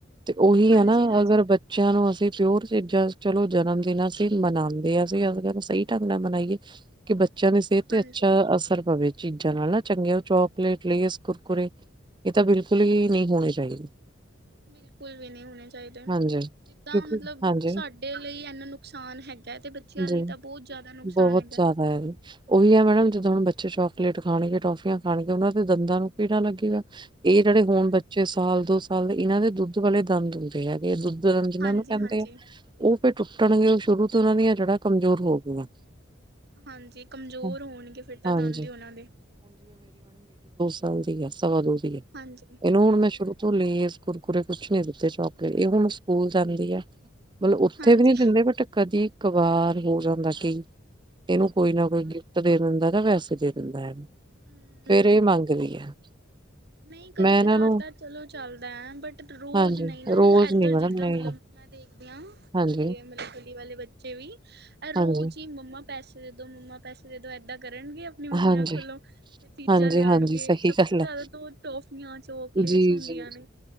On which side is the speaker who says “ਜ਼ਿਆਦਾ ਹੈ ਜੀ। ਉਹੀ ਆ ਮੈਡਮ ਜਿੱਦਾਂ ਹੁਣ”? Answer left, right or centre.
Right